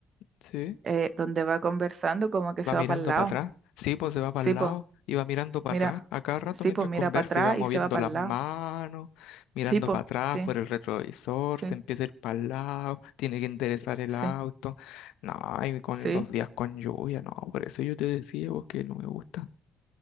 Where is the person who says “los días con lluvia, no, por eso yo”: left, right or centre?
Left